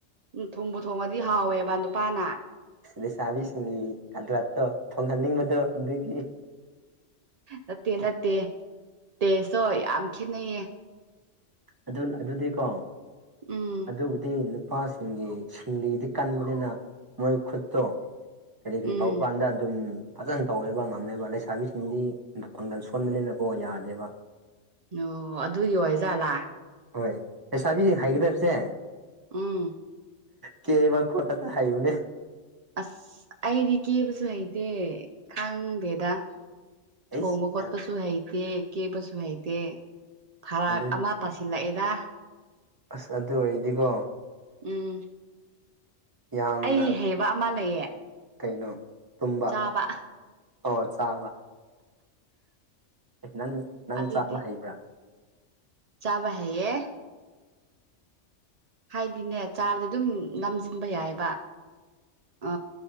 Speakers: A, on the right (about 70°); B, on the right (about 20°).
A: ꯎꯝ ꯊꯨꯝꯕꯨ ꯊꯣꯡꯉꯗꯤ ꯍꯥꯎꯋꯦꯕ ꯅꯨꯄꯥꯅ
B: ꯂꯩꯁꯥꯕꯤꯁꯤꯡꯒꯤ ꯀꯗ꯭ꯔꯥꯠꯇꯣ ꯊꯣꯡꯍꯟꯅꯤꯡꯕꯗꯣ ꯑꯗꯨꯒꯤ
A: ꯅꯠꯇꯦ ꯅꯠꯇꯦ ꯇꯦꯁꯇꯣ ꯌꯥꯝ ꯈꯦꯠꯅꯩꯌꯦ
B: ꯑꯗꯨ ꯑꯗꯨꯗꯤꯀꯣ
A: ꯎꯝ
B: ꯑꯗꯨꯕꯨꯗꯤ ꯅꯨꯄꯥꯁꯤꯡꯒꯤ ꯁꯤꯡꯂꯤꯗꯤ ꯀꯟꯕꯅꯤꯅ ꯃꯣꯏ ꯈꯨꯠꯇꯣ ꯀꯔꯤ ꯀꯔꯤ
A: ꯎꯝ
B: ꯇꯧꯕ ꯀꯥꯟꯗ ꯑꯗꯨꯝ ꯐꯖꯅ ꯇꯧꯋꯦꯕ ꯉꯝꯃꯦꯕ ꯂꯩꯁꯥꯕꯤꯁꯤꯡꯗꯤ ꯄꯥꯡꯒꯜ ꯁꯣꯟꯕꯅꯤꯅꯀꯣ ꯌꯥꯗꯦꯕ
A: ꯑꯣ ꯑꯗꯨꯒꯤ ꯋꯥ ꯖꯥꯠꯂꯥ
B: ꯍꯣꯏ ꯑꯩ ꯆꯥꯕꯤꯁꯤꯡ ꯍꯥꯏꯒꯗꯕꯁꯦ
A: ꯎꯝ
B: ꯀꯦꯕ ꯈꯣꯄ ꯍꯥꯏꯅꯦ
A: ꯑꯁ ꯑꯩꯗꯤ ꯀꯦꯕꯁꯨ ꯍꯩꯇꯦ ꯈꯪꯗꯦꯗ ꯊꯣꯡꯃ
B: ꯑꯩꯁ
A: ꯀꯣꯠꯄꯁꯨ
B: ꯌꯥꯝ
A: ꯍꯥꯏꯇꯦ ꯀꯦꯕꯁꯨ ꯍꯥꯏꯇ ꯐꯔꯥꯛ
B: ꯑꯗꯨ
A: ꯑꯃ ꯇꯥꯁꯤꯜꯂꯛꯑꯦꯗ
B: ꯑꯁ ꯑꯗꯨ ꯑꯣꯏꯔꯗꯤꯀꯣ
A: ꯎꯝ
B: ꯌꯥꯝꯅ
A: ꯑꯩ ꯍꯩꯕ ꯑꯃ ꯂꯩꯌꯦ
B: ꯀꯩꯅꯣ ꯇꯨꯝꯕ
A: ꯆꯥꯕ
B: ꯑꯣ ꯆꯥꯕ ꯑꯦ ꯅꯪ ꯅꯪ
A: ꯑꯗꯨꯗꯤ
B: ꯆꯥꯕ ꯍꯩꯕ꯭ꯔꯥ
A: ꯆꯥꯕ ꯍꯩꯌꯦ ꯍꯥꯏꯗꯤꯅꯦ ꯆꯥꯕꯗꯤ ꯑꯗꯨꯝ ꯉꯝꯁꯤꯟꯕ ꯌꯥꯏꯑꯕ ꯑ